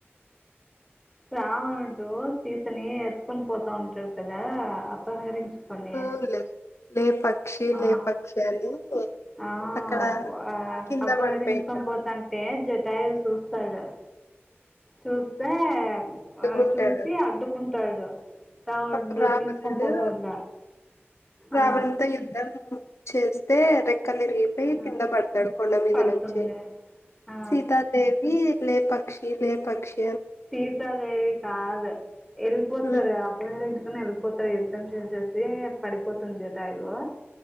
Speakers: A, in the centre; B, on the left.
A: రావణుడు సీతని ఎత్తుకని పోతా ఉంటారు కదా అపహరించు కొని
B: అవునులే లే పక్షి
A: ఆ
B: లే పక్షి అని
A: ఆ
B: అక్కడ
A: అప
B: కింద
A: అపహరించుకని
B: పడిపోయింది
A: పోతంటే సి టైల్ చూస్తాడు చూస్తే
B: అడ్డుకుంటాడు
A: ఆ చూసి అడ్డుకుంటాడు రావణుడు
B: అప్పుడు రావణుడు
A: తీసుకొని పోకుండా
B: రావణు
A: ఆ
B: <unintelligible> <unintelligible> చేస్తే రెక్కలు ఇరిగిపోయి
A: ఆ
B: కింద పడతాడు కొండ మీద
A: పడుతుంది
B: నుంచి
A: ఆ
B: సీతాదేవి లే పక్షి లేపక్షి
A: సీతాదేవి కాదు వెళ్ళిపోతారు
B: ఉమ్
A: అప్పుడు మీ ఎంచుకని వెళ్ళి పోతాడు యుద్ధం చేసేసి పడిపోతుంది జటాయువు